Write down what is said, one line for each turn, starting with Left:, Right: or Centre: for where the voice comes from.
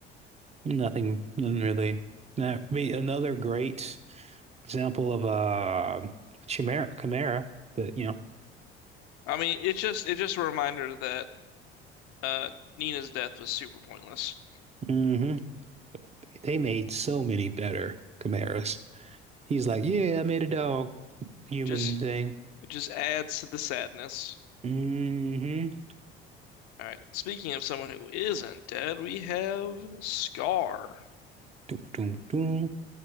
Right: nothing, nothing really. Now, I mean, another great example of uh, Chimera, Chimera. That you know,
Left: I mean, it's just it's just a reminder that uh Nina's death was super pointless.
Right: hmm They made so many better Chimeras. He's like, yeah, I made a dog human
Left: Just
Right: thing.
Left: it just adds to the sadness.
Right: Mm-hmm.
Left: All right. Speaking of someone who isn't dead, we have Scar.
Right: Doom, doom, doom.